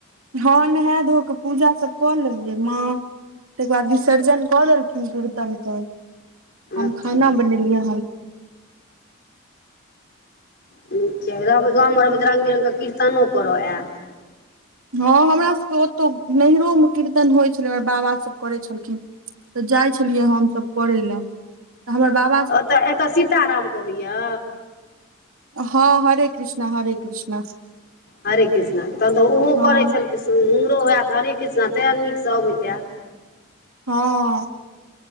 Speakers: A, on the right (about 85°); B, on the left (about 50°).
A: हैं नहा धो कऽ पुजा सभ कऽ लेलियै माँ तकर बाद विसर्जन कऽ देलखिन कीर्तनक हम
B: अच्छा
A: खाना बनेलियै हैं
B: कि छै रहबै गाममे रहबै तऽ रंग बिरंगके कीर्तनो करय आयत
A: ह हमरा सके ओतहु नहिरो मे कीर्तन होइत छलै हमर बाबासभ करै छलखिन तऽ जाई छलियै हमसभ करै लए हमर बाप
B: ओतऽ एतय सीताराम के होइया।
A: ह हरे कृष्णा हरे कृष्णा
B: हरे कृष्णा तहन तऽ ओहो
A: हँ
B: करै छलखिन हमरो हए हरे कृष्णा तै नीकसँ अबैतै
A: ह